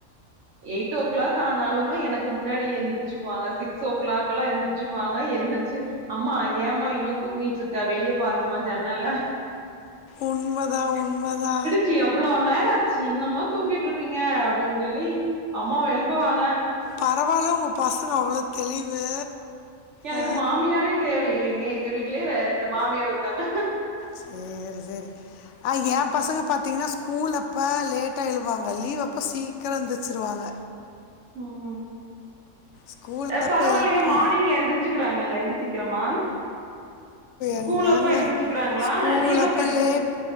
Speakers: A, on the right; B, on the left.
A: எயிட் ஓ கிளாக் ஆனாலுமே எனக்கு முன்னாடி எந்திரச்சுக்குவாங்க சிக்ஸ் ஓ கிளாக் எல்லா எந்திரிச்சுக்குவாங்க எந் ச்சு அம்மா ஏன்ம்மா இன்னு தூங்கிட்டு இருக்கா வெளிய பாருங்கமா ஜன்னல்ல
B: உண்மைதா உண்மைதா
A: ச்சு எவ்ளோ நேரோ ஆச்சு இன்னுமா தூங்கிட்டு இருப்பீங்க அப்டின்னு சொல்லி அம்மாவ எழுப்புவாங்க
B: பரவாயில்ல உங்க பசங்க அவ்ளோ தெளிவு
A: எனக்கு
B: ஆ,
A: மாமியாரே தேவ இல்லைங்க எங்க வீட்லயே ரெ ரெண்டு மாமியார் இருக்காங்க
B: சேரி சேரி ஆ எ பசங்க பாத்தீங்கன்னா ஸ்கூல் அப்போ லேட்டா எழுவாங்க லீவ் அப்போ சீக்கரோ எந்திரிச்சுருவாங்க
A: ம்
B: ஸ்கூல்
A: அ
B: அப்போ
A: பரவாயில்லைங்க
B: எழுப்பு
A: மார்னிங் எந்தி ச்சிக்கிறாங்கல்லங் சீக்கிரமா ஸ்கூல்
B: எங்கங்க
A: அப்ப எந்திரிச்சுக்கிறாங்களா
B: ஸ்கூல்
A: லீவ்
B: அப்ப
A: எந்திரிச்சு
B: லேட்